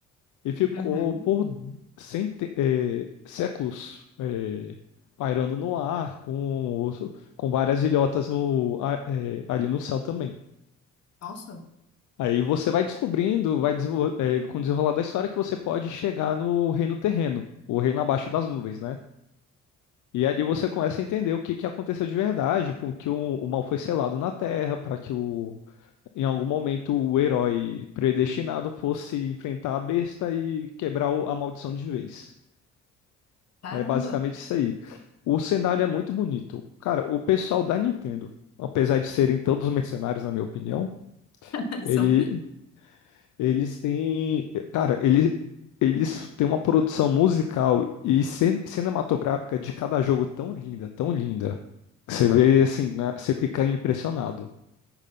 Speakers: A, on the left; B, on the left.
A: e ficou
B: Uhum.
A: por cente- eh, séculos eh, pairando no ar com, os- com várias ilhotas no, a- eh, ali no céu também.
B: Nossa,
A: Aí você vai descobrindo, vai desenvol- eh, com o desenrolar da história, que você pode chegar no reino terreno, o reino abaixo das nuvens, né? E ali você começa a entender o que que aconteceu de verdade, porque o, o mal foi selado na Terra, para que o, em algum momento o herói predestinado fosse enfrentar a besta e quebrar o- a maldição de vez.
B: caramba.
A: É basicamente isso aí. O cenário é muito bonito. Cara, o pessoal da Nintendo, apesar de serem todos mercenários, na minha opinião,
B: <laughs>
A: ele
B: São mesmo.
A: Eles têm, cara, ele, eles têm uma produção musical e cin- cinematográfica de cada jogo tão linda, tão linda. que Você vê assim, né, você fica impressionado.